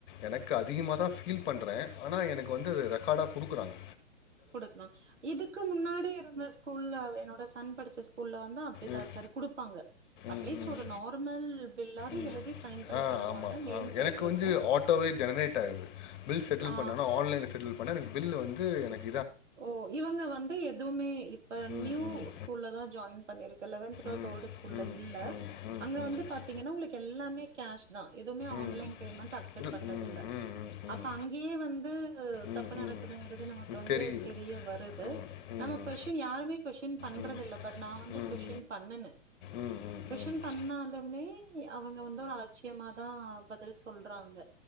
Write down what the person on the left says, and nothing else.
எனக்கு அதிகமா தா ஃபீல் பண்ற ஆனா எனக் வந்து ரெக்காடா குடுக்குறாங்க
ம்
ம் ம்
ம்.
ஆ
ஆமா.
ஆ
எனக்கு வந்து ஆட்டோவே ஜெனரேட் ஆயிருது. பில் செட்டில்
பண்ணேன்னா, ஆன்லைன்ல செட்டில் பண்ண எனக்கு பில் வந்து எனக்
ம்.
ம்.
ம். ம்.
ம்.
ம். ம்.
ம்.
ம்.
இல்
ம்.
ம். ம். ம்.
ம். ம்.
ம்.
ம்.
தெரியுது.
ஆ, ம்.
ம். ம்.
ம். ம்.
ம். ம். ம்.